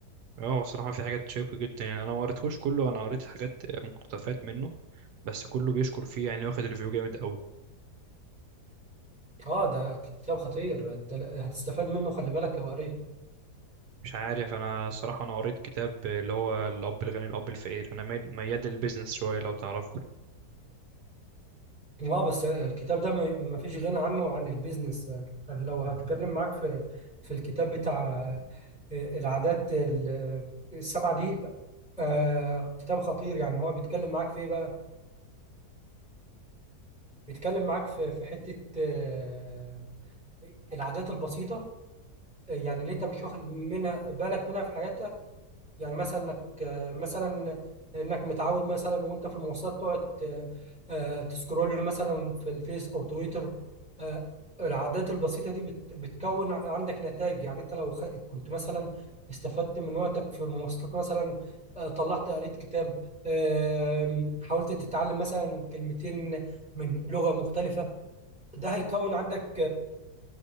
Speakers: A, on the right; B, in the centre.
A: اه الصراحه في حاجات شيقه جدا يعني انا ما قريتهوش كله انا قريت حاجات مقتطفات منه بس كله بيشكر فيه يعني واخد ريفيو جامد قوي
B: اه ده كتاب خطير أنت ل- هتستفاد منه خلي بالك لو قريته
A: مش عارف انا الصراحه انا قريت كتاب اللي هو الاب الغني الاب الفقير انا ميال ميال للبيزنس شويه لو تعرفه
B: اه بس الكتاب ده ما ما فيش غنى عنه عن البيزنس يعني لو هتكلم معاك في في الكتاب بتاع آه، العادات ال- السبعة دي آه كتاب خطير يعني هو بيتكلم معاك في ايه بقى بيتكلم معاك في في حتة آه العادات البسيطة آه، يعني اللي انت مش واخد منها بالك منها في حياتك يعني مثلا انك مثلا انك متعود مثلا وانت في المواصلات تقعد آه، آه، تسكرول مثلا في الفيس او تويتر آه، العادات البسيطة دي بت- بتكون عندك نتائج يعني انت لو خ- كنت مثلا استفدت من وقتك في المواصلات مثلا آه، طلعت قريت كتاب آم، حاولت تتعلم مثلا كلمتين من لغة مختلفة ده هيكون عندك